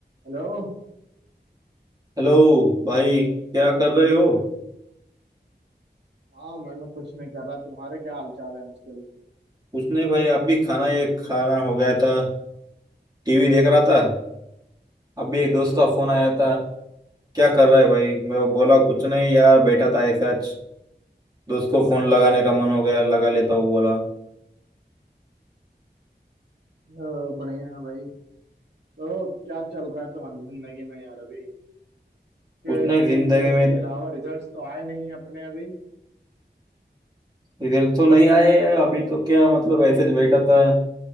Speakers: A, on the right (about 80°); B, on the right (about 20°).
A: हेलो
B: Hello भाई क्या कर रहे हो
A: हाँ मैं मैं कुछ नहीं कर रहा तुम्हारे क्या हाल चाल है आजकल
B: कुछ नहीं भाई आप भी खाना ये खाना हो गया था टीवी देख रहा था अभी एक दोस्त का फोन आया था क्या कर रहा है भाई मैं बोला कुछ नहीं यार बैठा था ऐसे आज दोस्त को फोन लगाने का मन हो गया लगा लेता हूँ बोला
A: अ, बढ़िया है भाई तो क्या चल रहा है तुम्हारी जिंदगी में यार अभी
B: कुछ
A: रिजल्ट्स
B: नहीं जिंदगी में
A: के अलावा रिजल्ट्स तो आए नहीं हैं अपने अभी
B: रिजल्ट तो नहीं आए हैं, अभी तो क्या मतलब ऐसे ही बैठा था